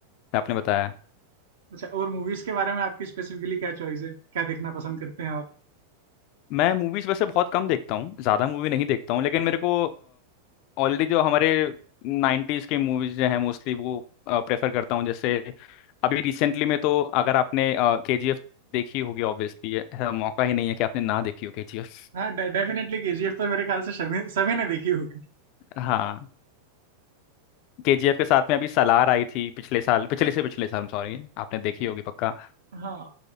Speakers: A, on the left; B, on the right.
A: आपने बताया
B: अच्छा और मूवीज के बारे में आपकी स्पेसिफिकली क्या चॉइस है क्या देखना पसंद करते हैं आप
A: मैं मूवीज वैसे बहुत कम देखता हूँ ज़्यादा मूवी नहीं देखता हूँ लेकिन मेरे को ऑलरेडी जो हमारे 90s के मूवीज जो हैं मोस्टली वो प्रेफर करता हूँ जैसे अभी रिसेंटली में तो अगर आपने के जी एफ देखी होगी ऑब्वियसली मौका ही नहीं है कि आपने ना देखी हो के जी एफ
B: हाँ डेफिनेटली केजीएफ तो मेरे ख्याल से सभी सभी ने देखी होगी
A: हाँ के जी एफ के साथ में अभी सलार आई थी पिछले साल पिछले से पिछले साल सॉरी आपने देखी होगी पक्का
B: हाँ